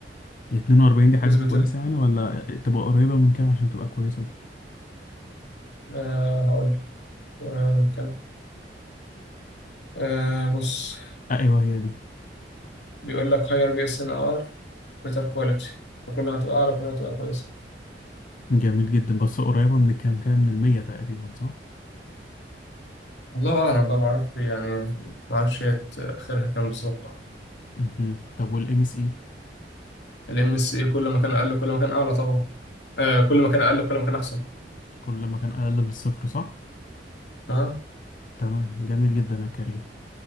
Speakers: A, on the left; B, on the left.
A: 42 دي حاجة
B: نسبة
A: كويسة
B: ال
A: يعني ولا تبقى قريبة من كام عشان تبقى كويسة؟
B: آه هقول لك قريبة من كام آه بص
A: أيوه هي دي
B: بيقول لك هاير بي اس ان ار بيتر كواليتي فكل ما تبقى اعلى كل ما تبقى كويسة
A: جميل جدا بس قريبة من كام كام من المية تقريبا صح؟
B: الله اعلم بقى ما اعرفش يعني ما اعرفش هي ت- اخرها كام بالظبط
A: مهم. طب والام اس اي
B: الام اس اي كل ما كان اقل كل ما كان اعلى طبعا آه كل ما كان اقل كل ما كان احسن
A: كل ما كان اقل للصفر صح
B: اه
A: تمام جميل جدا يا كريم